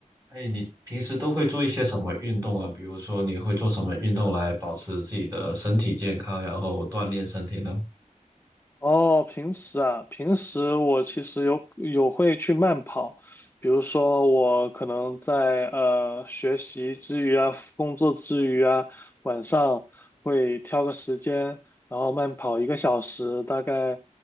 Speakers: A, on the right; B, on the left.
A: 哎，你平时都会做一些什么运动啊？比如说，你会做什么运动来保持自己的身体健康，然后锻炼身体呢？
B: 哦，平时啊，平时我其实有有会去慢跑，比如说我可能在呃学习之余啊，工作之余啊，晚上会挑个时间，然后慢跑一个小时，大概